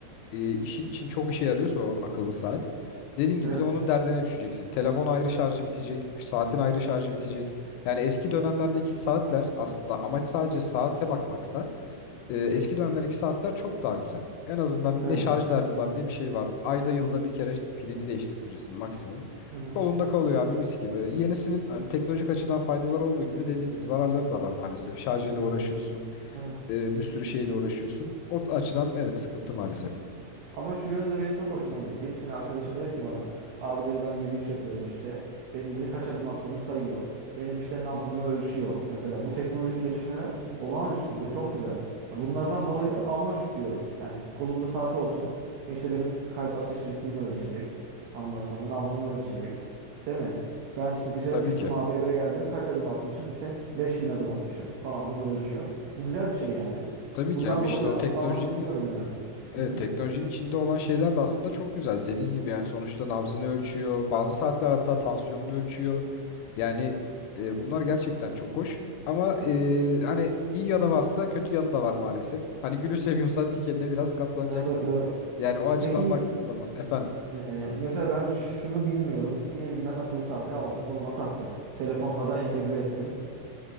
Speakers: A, on the left; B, on the right.
A: e, işin için çok işe yarıyorsa o akıllı saat. Dediğin gibi
B: Evet.
A: de onun derdine düşeceksin. Telefon ayrı şarjı bitecek, saatin ayrı şarjı bitecek. Yani eski dönemlerdeki saatler aslında amaç sadece saate bakmaksa e, eski dönemlerdeki saatler çok daha güzel. En azından
B: Evet.
A: ne şarj derdi var ne bir şey var. Ayda yılda bir kere pilini değiştirtirsin maksimum.
B: Hı
A: Kolunda kalıyor abi mis gibi. Yenisinin hani teknolojik açıdan faydaları olduğu gibi dediğin gibi zararları da var maalesef. Şarjıyla uğraşıyorsun,
B: hı.
A: e, bir sürü şeyle uğraşıyorsun. O açıdan evet sıkıntı maalesef.
B: Ama şu yönde benim çok hoşuma gitti. Şimdi arkadaşım dedi ki bana abi dedi ben yürüyüş yapıyorum işte. Benim dedi kaç adım attığımı sayıyor. Benim işte nabzımı ölçüyor. Mesela bu teknolojik gelişmeler olağanüstü ve çok güzel. Ya Bunlardan dolayı da almak istiyorum. Yani kolumda saati olsun ve işte benim kalp atış ritmimi ölçecek. Ondan sonra nabzımı ölçecek. Değil mi? Ben işte dışarı
A: Tabii
B: çıktım
A: ki.
B: abi eve geldim kaç adım atmışım? İşte 5000 adım atmışım falan bunu ölçüyor. Bu güzel bir şey yani.
A: Tabii
B: Bundan
A: ki abi
B: dolayı
A: işte
B: da
A: o teknolojinin
B: almak istiyorum yani.
A: evet,
B: Hı hı.
A: teknolojinin içinde olan şeyler de aslında çok güzel. Dediğin gibi yani sonuçta nabzını ölçüyor. Bazı saatler hatta tansiyonunu ölçüyor. Yani e, bunlar gerçekten çok hoş. Ama e, hani iyi yanı varsa kötü yanı da var maalesef. Hani gülü seviyorsan dikenine biraz katlanacaksın.
B: Evet evet.
A: Yani o açıdan
B: Peki Yiğit,
A: baktığım zaman efendim.
B: e, mesela ben şunu bilmiyorum. Diyelim ki ben akıllı saati aldım, koluma taktım. Telefonla da entegre ettim.